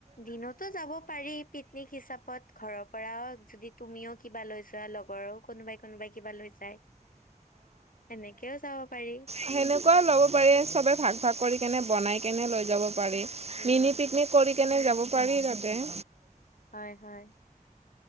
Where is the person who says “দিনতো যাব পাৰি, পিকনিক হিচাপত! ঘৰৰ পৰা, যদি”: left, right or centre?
Left